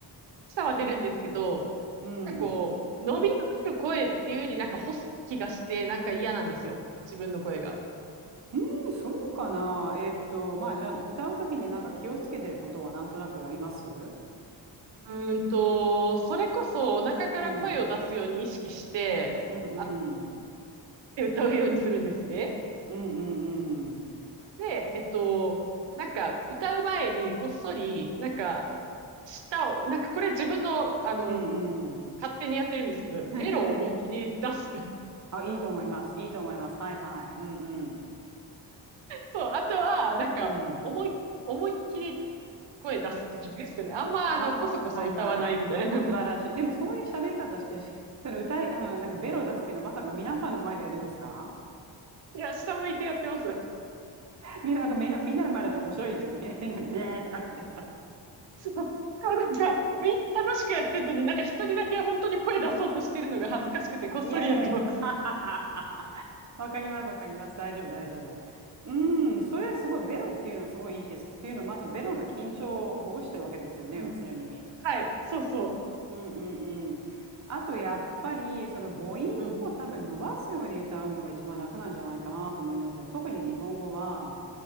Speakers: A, on the right (about 75°); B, on the right (about 40°).
A: さは出るんですけど、
B: うん
A: なんかこう、伸びのある声っていうよりなんか干す気がして、なんか嫌なんですよ。自分の声が。
B: うーん、そうかな。えーっと、まあ、じゃあ、歌うときになんか気をつけてることはなんとなくあります
A: うーんと、それこそお腹から声を出すように意識して、
B: うんうんうん
A: あって歌うようにするんですね。
B: うんうんうん
A: で、えっと、なんか歌う前にこっそり、なんか、舌を、なんかこれ自分の、あの、
B: うんうん
A: 勝手にやってるんですけど、
B: <laughs>
A: ベロを思いっきり出す。
B: あ、いいと思います。いいと思います。はいはい。うん
A: そう、あとは、なんか、
B: うん。うん。
A: 思い、思いっきり声出すって感じですかね。あんま、
B: ああ、
A: あの、こそこそ歌わないみたいな。
B: はいはい。
A: <laughs>
B: 素晴らしい。でも、そういう喋り方してるし、その歌い、あの、なんかベロを出すっていうのはまさか皆さんの前でやるんですか
A: いや、下向いてやってます。<laughs>
B: みんな、なんかみんな、みんなの前だったら面白いですよね。いきなりなんか、ビーとか言って。
A: そう。なんか、みんな楽しくやってるのに、なんか一人だけ本当に声出そうとしてるのが恥ずかしくて、こっそりやってます。
B: いやいやいや、<laughs> あはははわかります、わかります。大丈夫、大丈夫。うん、それすごい、ベロっていうのはすごいいいです。っていうのは、まずベロの緊張をほぐしてるわけですよね、
A: うん。
B: 要するに。
A: はい。そうそ
B: うんうんうん。あと、やっぱり、その母音を多分伸ばすように歌うのが一番楽なんじゃないかなと思いますね。
A: う。うん。
B: 特に日本語は、